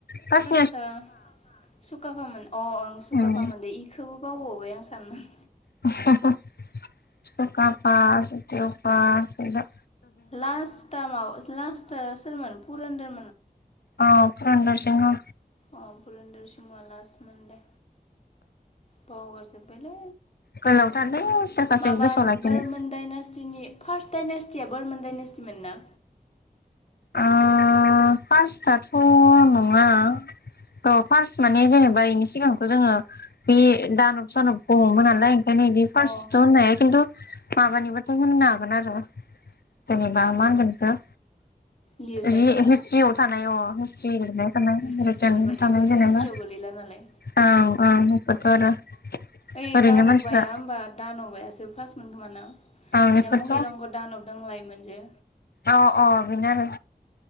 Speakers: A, on the left (about 80°); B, on the left (about 40°).
A: फास्ट
B: सुखाफा सुखाफामोन अ ओं सुखाफामोन‌
A: उम
B: दे इखौबो बावबावबाय आं साननानै
A: <unintelligible> सुखाफा सुदेवफा सुंज्रेब
B: लास्टा मा लास्टा सोरमोन पुरनदर
A: अ फुरन्दर सिंह अ
B: अ फुरन्दर सिंहआ लास्टमोन दे बावगारजोबबाय लै
A: गोलावथारलै
B: <inaudible>
A: सोरखासो
B: माबा
A: गोसोआव लाखिनो
B: बोरमोन दाइनासटिनि फार्स्ट दाइनेस या बोरमोन दाइनासटि मोन ना?
A: ओ फार्स्टआथ' नङा। थ फार्स्ट माने जेनेबा बेनि सिगांथ' जोङो बे दानब सानब खौ हमगोन नालाय नैबि
B: अ
A: फार्स्ट‌आव होननाया खिन्थु माबानिबाथाय होननो हागोन आरो जेनेबा मा होनगोन बेखौ
B: लिरनायबा
A: जि
B: ना?
A: <unintelligible> थानाय अ हिस्ट्रि लिरनाय <unintelligible>
B: हिस्ट्रियाव थानायबा
A: थानाय
B: बेफोरथ'
A: जेनेबा
B: हिस्ट्रियाव गोलैला नालाय
A: औ औ <unintelligible> आरो
B: ओइ
A: ओरैनो
B: दानबबाया
A: मानसिफ्रा
B: होमबा दानबबायासो फार्स्ट मोन। होनबाना
A: आं बेफोरथ'
B: बिना महिरंघ दान'ब दंलायो मोनजे
A: अ अ बिनो आरो